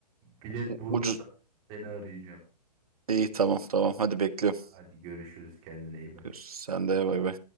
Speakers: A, on the right; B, on the right.
A: Bilet
B: U-
A: bulursam
B: Ucuz.
A: seni arayacağım.
B: İyi tamam tamam. Hadi bekliyorum.
A: Hadi görüşürüz. Kendine iyi bak.
B: Görüşürüz. Sen de bay bay.